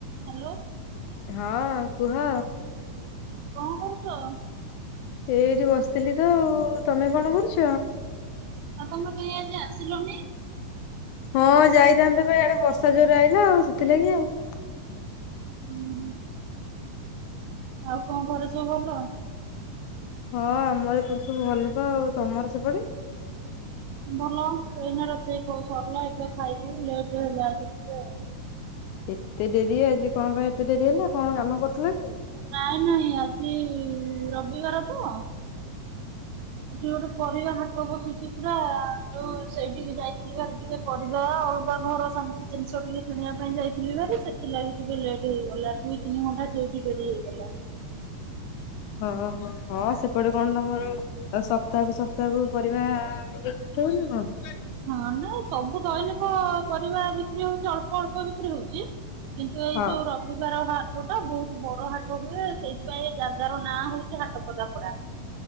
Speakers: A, on the right (about 85°); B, on the left (about 80°).
A: Hello.
B: ହଁ, କୁହ।
A: କଣ କରୁଛ?
B: ଏଇଠି ବସିଥିଲି ତ ଆଉ ତମେ କଣ କରୁଛ?
A: ଆଉ ତମେ କାହିଁ ଆଜି ଆସିଲନି।
B: ହଁ ଯାଇଥାନ୍ତେ ପା ଇଆଡେ ବର୍ଷା ଜୋର ଆଇିଲା ଆଉ ସେଥିଲାଗି ଆଉ।
A: ହୁଁ, ହୁଁ ଆଉ କଣ ଘରେ ସବୁ ଭଲ?
B: ହଁ ଆମର ଏପଟେ ସବୁ ଭଲ ଲୋକ ଆଉ ତମର ସେପଟେ?
A: ଭଲ ଏଇନା ରୋଷେଇ କ ସରିଲା ଏବେ ଖାଇବୁ ଲେଟରେ ହେଲା ଆଜି। ଟିକେ ଆଉ।
B: ଏତେ ଡେରି ଆଜି କଣ ପାଇଁ ଏତେ ଡେରି ହେଲା କଣ କାମ କରୁଥିଲ କି?
A: ନାଇଁ ନାଇଁ ଆଜି ରବିବାର ତ। ଯଉଠି ପରିବା ହାଟ ବସୁଛି ପୁରା ଯଉ ସେଇଠିକେ ଯାଇଥିଲି ବା ଟିକେ। ପରିବା ଅଲଗା ଘର ସ ଜିନିଷ ଟିକେ କିଣିବା ପାଇଁ ଯାଇଥିଲି ବାହାରି ସେଥିଲାଗି ଟିକେ ଲେଟ୍ ହେଇଗଲା, ଦୁଇ ତିନି ଘଣ୍ଟା ସେଇଠି ଡେରି ହେଇଗଲା।
B: ହଁ ହୋ ହଁ ସେପଟେ କଣ ତମର ଆଉ ସପ୍ତାହକୁ ସପ୍ତାହକୁ ପରିବା ରିଜେକ୍ଟ୍ ହୁଏ ନା କଣ?
A: ହଁ ନା ସବୁ ଦୈନିକ ପରିବା ବିକ୍ରି ହଉଛି ଅଳ୍ପ ଅଳ୍ପ ବିକ୍ରି ହଉଛି। କିନ୍ତୁ ଏଇ
B: ହଁ
A: ଯୋଉ ରବିବାର ହାଟୁ ଟା ବହୁତ ବଡ ହାଟ ହୁଏ, ସେଇ ସେଥିପାଇଁ ଏ ଜାଗାର ନାଁ ହଉଛି ହାଟ ପଦାପଡା,